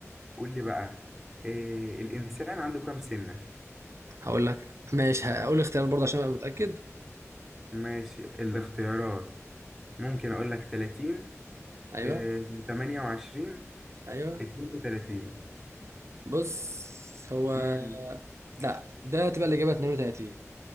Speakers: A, in the centre; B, on the right.
A: قول لي بقى إيه الإنسان عنده كام سنة
B: هقول لك ماشي هقول اختيار برضه عشان أبقى متأكد
A: ماشي الاختيارات ممكن أقول لك 30
B: أيوه
A: إيه 28
B: أيوه
A: 32
B: بص هو
A: مم،
B: لا ده تبقى الإجابة 32